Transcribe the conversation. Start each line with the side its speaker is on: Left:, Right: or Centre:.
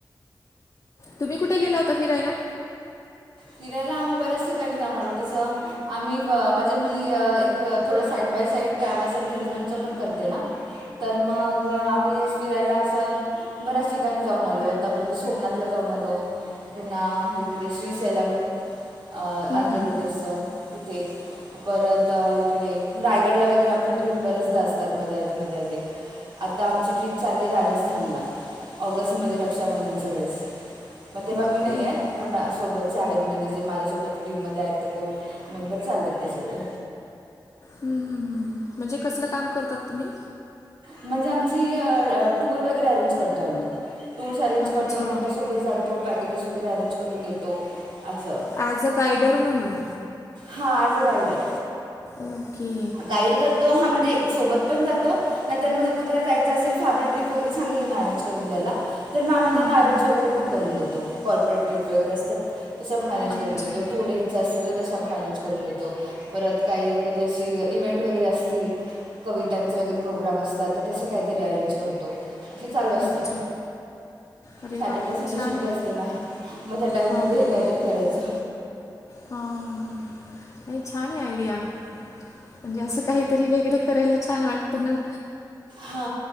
Left: तुम्ही कुठे गेला होता फिरायला?
Right: फिरायला आम्ही बऱ्याच ठिकाणी जाऊन आलो तस आम्ही म्हणजे मी एक थोडं side by side travels and टुरिझमच पण करते ना.. तर मग आम्ही फिरायला असं.. बऱ्याच ठिकाणी जाऊन आलो आतापर्यंत सोमनाथला जाऊन आलो पुन्हा इकडे श्री.. झेलम, अ..
Left: हम्म,
Right: आंधरप्रदेश चं तिथे. परत इकडे रायगडला वगैरे आपल्या ट्रीप बऱ्याचदा असतात मध्ये आधी- मध्ये आधी. आता आमची ट्रीप चालली राजस्थानला ऑगस्टमध्ये रक्षाबंधनच्या वेळेस. मग तेव्हा
Left: बापरे
Right: मी नाही
Left: हम्म,
Right: आहे पण सोबत चे आहेत म्हणजे जे माझ्यासोबत टीम मध्ये आहेत ते कोण मेंबर चाललेत ते सगळे.
Left: हं हं हं म्हणजे कसलं काम करतात तुम्ही?
Right: म्हणजे आमची टूर वगैरे अरेंज करतो आम्ही टूर्स अरेंज
Left: अच्छा
Right: करतो त्यांच्यासोबत जातो पॅकेजेस वगैरे अरेंज करून देतो. असं
Left: ॲज अ गायडर म्हणून
Right: हा as a guider.
Left: Okay.
Right: Guide करतो, हा म्हणजे सोबत पण जातो. नंतर मग कुठेतरी जायंच असेल फॅमिली ट्रीप वगैरे सांगेल ना अरेंज करून द्यायला. तर मग आम्ही
Left: हां
Right: त्यांना
Left: हां
Right: अरेंज
Left: हां
Right: वगैरे पण करून देतो कॉर्पोरेट ट्रीप.. वगैरे असतात तसं आपण अरेंज करून
Left: अच्छा
Right: देतो टू डेज असतील तर त आपण अरेंज करून देतो परत काही कधी अशी इव्हेंट वगैरे असतील कवितांच वगैरे प्रोग्राम असतात तर तसं काहीतरी अरेंज करतो. ते चालू असत.
Left: अच्छा अरे
Right: सॅटरडे
Left: वा
Right: संडे
Left: छान
Right: सुट्टी
Left: आहे
Right: असते ना मग त्या टाइम
Left: हां
Right: मध्ये
Left: हां
Right: हे काहीतरी करायचं.
Left: हां नाही छान आहे आयडिया. म्हणजे असं काहीतरी वेगळं करायला छान वाटतं ना.
Right: हा